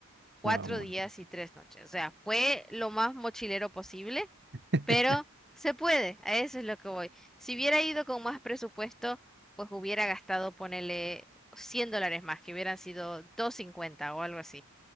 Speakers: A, in the centre; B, on the right.
A: Cuatro
B: no, muy-
A: días y tres noches. O sea, fue lo más mochilero posible,
B: <laughs>
A: pero se puede. A eso es lo que voy. Si hubiera ido con más presupuesto, pues hubiera gastado, ponele 100 dólares más, que hubieran sido 250 o algo así.